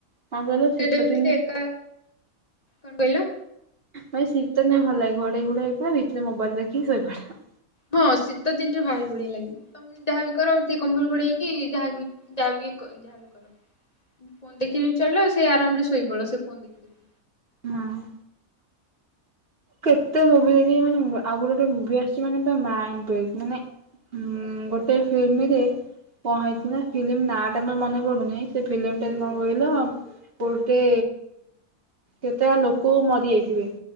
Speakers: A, on the right; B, on the left.
A: କଣ କହିଲ
B: ହଷ୍ଟେଲରେ
A: ଶୀତ
B: ବି
A: ଦିନେ
B: ଥିଲେ ଏକା କଣ କହିଲ?
A: ମାଇେ ଶୀତ ନାଇଁ ଭଲ ଲାଗେ ଘୋଡେଇ ଘୋଡା ହେଇ ପଡ ଭିତରେ ମୋବାଇଲ ଦେଖିକି ଶୋଇ ପଡିବ।
B: ହଁ ଶୀତ ଦିନରେ ଭାରି ବଳିିଆ ଲାଗିବ। ତମେ ଯାହାବି କର ସେଇ କମ୍ବଲ ଗୋଡେଇକି ଯାହା ଯାହା ଯାହା ବି କର। ମୁଁ ଫୋନ ଦେଖିବି ଚଲିବ ସେ ଆରାମରେ ଶୋଇପଡ ସେ ଫୋନ ଦେଖି ଦେଖି।
A: ହଁ କେତେ ମୁଭି ଦେଖିଚି ମାନେ ଆଉ ଗୋଟେ ଗୋଟେ ମୁଭି ଆସିଛି ମାନେ ପୁରା ମାଇଣ୍ଡ ଫ୍ରେସ ମାନେ। ହୁଁ ଗୋଟେ ଫିଲ୍ମରେ। କଣ ହେଇଛି ନା ଫିଲ୍ମ ନାଁଟା ତ ମର ମନେପଡୁନି ସେ ଫିଲ୍ମଟାରେ କଣ କହିଲ। ଗୋଟେ କେତେଟା ଲୋକ ମରିଯାଇଥିବେ।